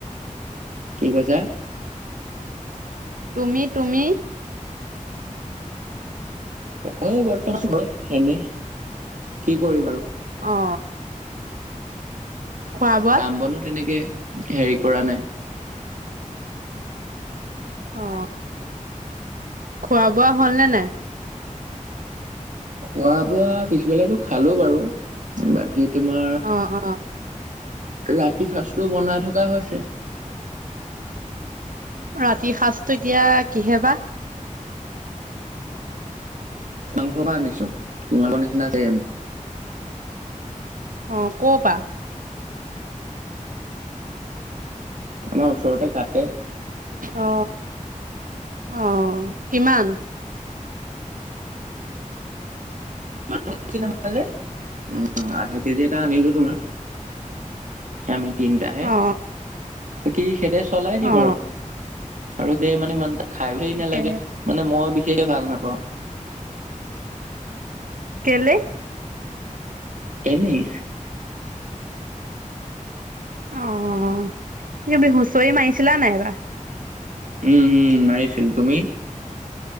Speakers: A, on the right (about 65°); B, on the right (about 85°).
A: কি কৈছা?
B: তুমি তুমি?
A: ময়ো বত বৰ্তমান আছো ঘৰত এনে কি কৰি বাৰু
B: অ খোৱা বোৱা
A: কাম বনো তেনেকে হেৰি কৰা নাই।
B: অ খোৱা বোৱা হল নে নাই?
A: খোৱা বোৱা পিছবেলাটো খালো বাৰু। বাট কি তোমাৰ
B: অ অ
A: ৰাতি সাঁজটো বনাই থকা হৈছে।
B: ৰাতিৰ সাজটো এতিয়া কিহে বা?
A: মাংস আনিছো। তোমালোকৰ নিচিনা চেম।
B: অ ক'পা?
A: আমাৰ ওচৰতে কাটে।
B: অ অ কিমান?
A: মান নহ <inaudible> উম কেজি এটা আনিলো তোমাৰ। আমি তিনটাহে
B: অ
A: বাকী সেদে চলাই দিম
B: অ
A: আৰু। আৰু সেই মানে মান খাই সেই
B: তাকে
A: নালাগে মানে মই কেকে ভাল নাপাওঁ।
B: কেলে?
A: এনেই।
B: অ, স কিব হুঁচৰি মাৰিছিলা নাই এইবাৰ?
A: উম উম আহিছিল তুমি,